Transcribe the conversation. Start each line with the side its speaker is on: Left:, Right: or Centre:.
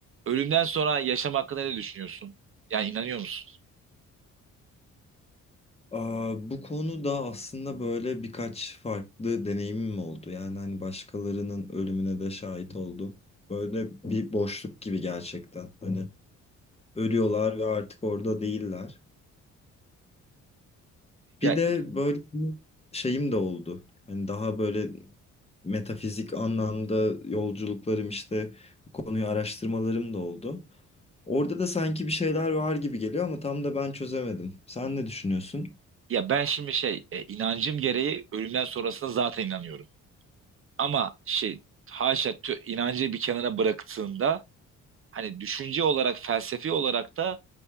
Right: Ölümden sonra yaşam hakkında ne düşünüyorsun? Yani inanıyor musun?
Left: Aa, bu konuda aslında böyle birkaç farklı deneyimim oldu. Yani hani başkalarının ölümüne de şahit oldum. Böyle bir boşluk gibi gerçekten. Hani ölüyorlar ve artık orada değiller.
Right: Ya
Left: Bir de böyle bir şeyim de oldu. Hani daha böyle metafizik anlamda yolculuklarım işte bu konuyu araştırmalarım da oldu. Orada da sanki bir şeyler var gibi geliyor ama tam da ben çözemedim. Sen ne düşünüyorsun?
Right: ya ben şimdi şey e, inancım gereği ölümden sonrasına zaten inanıyorum. Ama şey haşa tö- inancı bir kenara bıraktığında hani düşünce olarak felsefi olarak da